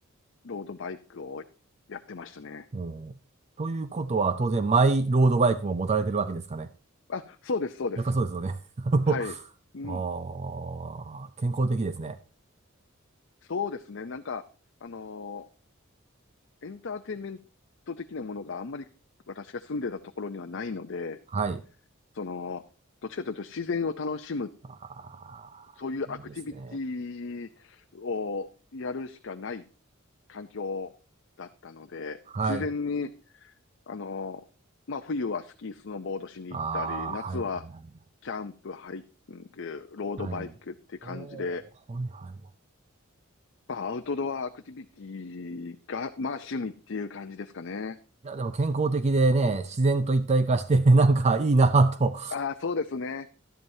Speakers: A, on the left; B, on the right.
A: ロードバイクをやってましたね。
B: おーということは、当然、マイロードバイクも持たれてるわけですかね。
A: あ、そうです、そうです。
B: やっぱそうですよね。<laughs>
A: はい。
B: あのおー、
A: うん。
B: 健康的ですね。
A: そうですね。なんか、あのーエンターテインメント的なものがあんまり私が住んでたところにはないので、
B: はい。
A: その、どっちかというと自然を楽しむ、
B: あー、
A: そういうアクティビティをやるしかない
B: いいですね。
A: 環境だったので、
B: はい。
A: 自然にあの、まあ、冬はスキー、スノーボードしに行ったり、
B: あー、
A: 夏は
B: はいはい
A: キャンプ、ハイキング、ロードバイクって感じで、
B: はい。はい。おー、はいはい。
A: まあ、アウトドアアクティビティが、まあ、趣味っていう感じですかね。
B: いや、でも健康的でね、自然と一体化して、<laughs> なんかいいなぁと
A: ああ、そうですね。